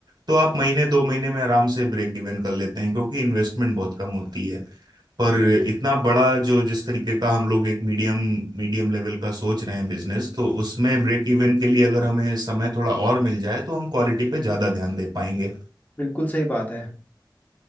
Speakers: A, on the right; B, on the left.
A: तो आप महीने दो महीने में आराम से ब्रेक इवन कर लेते हैं क्योंकि इन्वेस्टमेंट बहुत कम होती है पर इतना बड़ा जो जिस तरीके का हम लोग एक मीडियम मीडियम लेवल का सोच रहे हैं बिजनेस तो उसमें ब्रेक इवन के लिए अगर हमें समय थोड़ा और मिल जाए तो हम क्वालिटी पे ज्यादा ध्यान दे पाएंगे
B: बिल्कुल सही बात है